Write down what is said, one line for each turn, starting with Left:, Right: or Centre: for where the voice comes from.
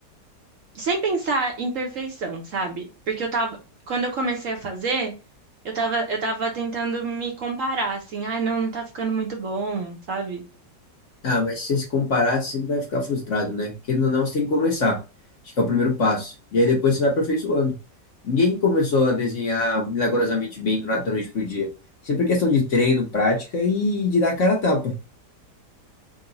Right: sem pensar em perfeição, sabe? Porque eu tava, quando eu comecei a fazer, eu tava, eu tava tentando me comparar, assim, ai, não, não tá ficando muito bom, sabe?
Left: Ah, mas se você se comparar, você sempre vai ficar frustrado, né? Querendo ou não, você tem que começar. Acho que é o primeiro passo. E aí depois você vai aperfeiçoando. Ninguém começou a desenhar milagrosamente bem do na- da noite pro dia. Sempre é questão de treino, prática e de dar a cara a tapa.